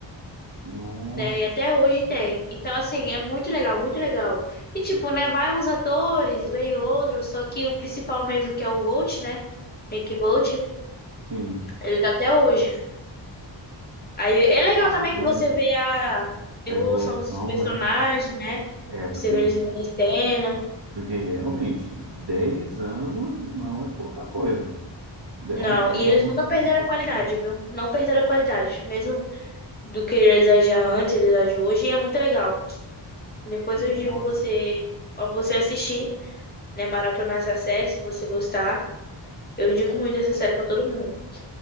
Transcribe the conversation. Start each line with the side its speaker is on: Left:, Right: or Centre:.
Right: Nossa,
Left: Né, E até hoje tem. Então, assim, é muito legal, muito legal. E, tipo, né? Vai uns atores, vem outros, só que o principal mesmo, que é o Volt, né? Hank Volt,
Right: sim,
Left: Ele tá até hoje. Aí é legal
Right: mas
Left: também que você vê a
Right: a
Left: evolução
Right: evolução,
Left: dos personagens,
Right: né?
Left: né?
Right: É, porque,
Left: Você vê eles envelhecendo.
Right: porque realmente 10 anos não é pouca coisa. De-
Left: Não,
Right: 11 né?
Left: e eles
Right: 11
Left: nunca perderam
Right: não é pouca
Left: a qualidade,
Right: coisa.
Left: viu? Não perderam a qualidade. Mesmo do que eles agiam antes, eles agem hoje, e é muito legal. Depois
Right: Nossa,
Left: eu indico você, ó, você assistir, né? Maratonar essa série, se você gostar. Eu indico muito essa série pra todo mundo.